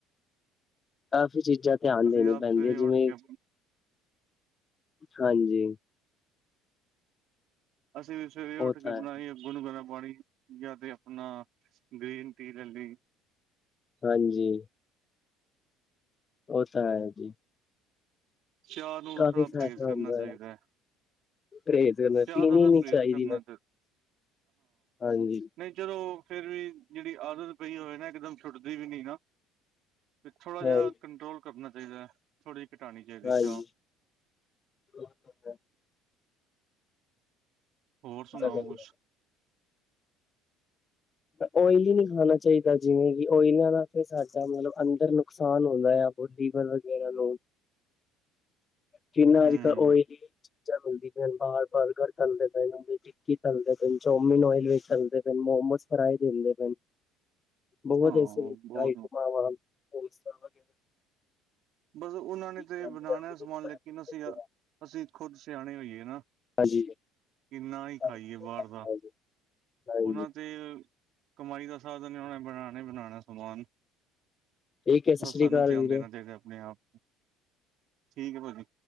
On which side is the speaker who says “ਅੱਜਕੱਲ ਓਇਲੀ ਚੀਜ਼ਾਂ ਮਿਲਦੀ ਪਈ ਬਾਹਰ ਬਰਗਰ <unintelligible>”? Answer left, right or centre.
Left